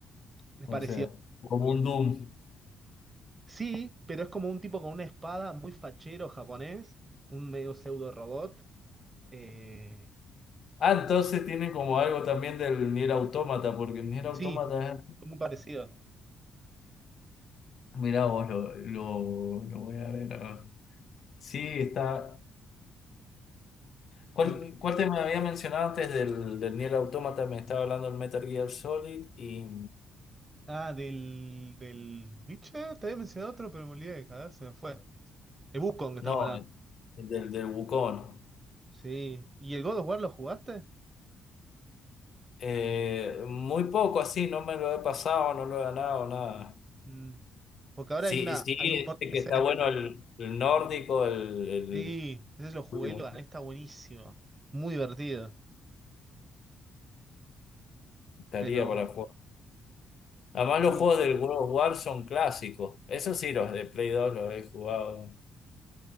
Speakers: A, on the right; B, on the left.
A: Es parecido.
B: O sea,
A: a
B: como
A: Nier.
B: un Doom.
A: Sí, pero es como un tipo con una espada muy fachero japonés, un medio pseudo robot. eh,
B: Ah, entonces tienen como algo también del Nier Automata, porque el Nier Automata
A: sí,
B: es...
A: muy parecido.
B: Mirá vos, lo, lo, lo voy a ver. ahora. Sí, está... ¿Cuál,
A: Está increíble.
B: cuál te me había mencionado antes del, del Nier Automata? Me estaba hablando del Metal Gear Solid y...
A: Ah, del, del... ¿Viste? Te había mencionado otro, pero me olvidé, joder, se me fue. El Wukong que estamos
B: No,
A: hablando.
B: el el del, del Wukong.
A: Sí. ¿Y el God of War lo jugaste?
B: Eh, muy poco así, no me lo he pasado, no lo he ganado, nada.
A: Mm, Porque ahora
B: Sí,
A: hay una,
B: sí,
A: hay
B: este
A: un port de PC.
B: que está bueno el, el nórdico, el, el
A: Sí, ese lo jugué,
B: último.
A: lo gané, está buenísimo. Muy divertido.
B: Estaría
A: Pero
B: para jugar. Además,
A: sí,
B: los juegos del World of War son clásicos. Eso sí, los de Play 2 los he jugado.